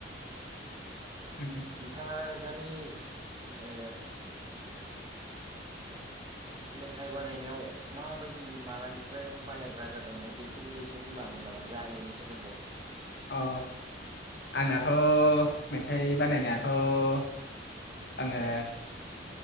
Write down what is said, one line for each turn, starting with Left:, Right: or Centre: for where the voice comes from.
Left: उम ओम
Right: नोंथाङा नोंथांनि ओ मेथाइ बानायनायाव माबायदि मालानिफ्राय नों बानायग्रा जादोंमोन बेनि सोमोन्दै एसे बुंन हांगोन नामा जार्नि सोमोन्दै?
Left: अ आंनाथ' मेथाइ बानायनायाथ' आङो